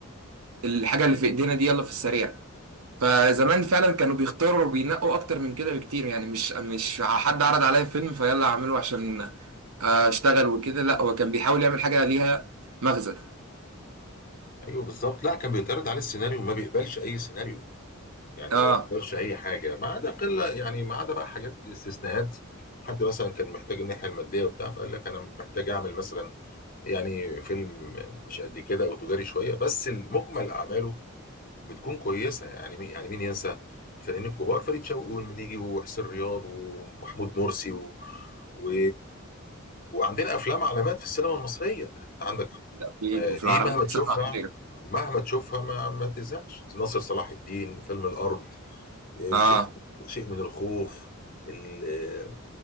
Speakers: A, on the right; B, on the left.
A: الحاجة اللي في ايدينا دي يلا في السريع فزمان فعلا كانوا بيختاروا وبينقوا اكتر من كده بكتير يعني مش مش حد عرض عليا فيلم فيلا اعمله عشان آه، اشتغل وكده لا هو كان بيحاول يعمل حاجة ليها مغزى
B: أيوه بالظبط لا كان بيتعرض عليه السيناريو ما بيقبلش أي سيناريو يعني
A: اه
B: ما بيقبلش أي حاجة ما عدا قلة يعني ما عدا بقى حاجات استثناءات حد مثلا كان محتاج الناحية المادية وبتاع فقال لك أنا محتاج أعمل مثلا يعني فيلم مش قد كده أو تجاري شوية بس المجمل أعماله بتكون كويسه يعني مين يعني مين ينسى الفنانين الكبار فريد شوقي والمليجي وحسين رياض ومحمود مرسي و... و... وعندنا افلام علامات في السينما المصريه يعني انت عندك
A: اكيد
B: ما-
A: وفي
B: دي
A: العربية
B: مهما
A: بتسقط.
B: تشوفها مهما تشوفها ما, ما تزهقش ناصر صلاح الدين فيلم الارض إيه،
A: اه
B: شيء شيء من الخوف ال...